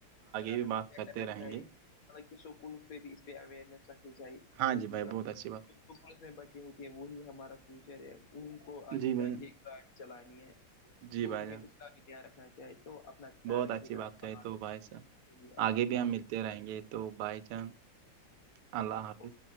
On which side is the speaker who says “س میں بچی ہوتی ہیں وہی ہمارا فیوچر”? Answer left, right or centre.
Left